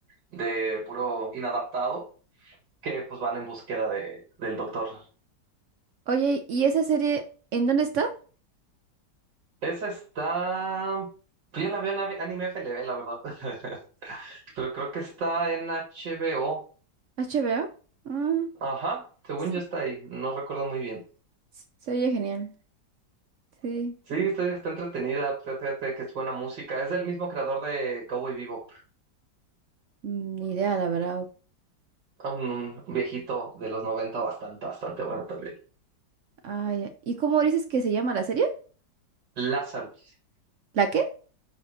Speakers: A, on the right; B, on the right.
A: de puro inadaptado que pues van en búsqueda de, del doctor
B: Oye, ¿y esa serie en dónde está?
A: Esa está. Pues yo la veo en Ave- Anime FLV, la verdad. <laughs> Pero creo que está en HBO.
B: ¿HBO? Ah,
A: Ajá, según
B: s-
A: yo está ahí. No recuerdo muy bien.
B: s- se oye genial. Sí,
A: Sí, está, está entretenida. Fíjate fíjate que es buena música. Es del mismo creador de Cowboy Bebop.
B: ni idea, la verdad.
A: Un, un viejito de los 90 bastante, bastante bueno también.
B: Ah, ya. ¿Y cómo dices que se llama la serie?
A: Lazarus.
B: ¿La qué?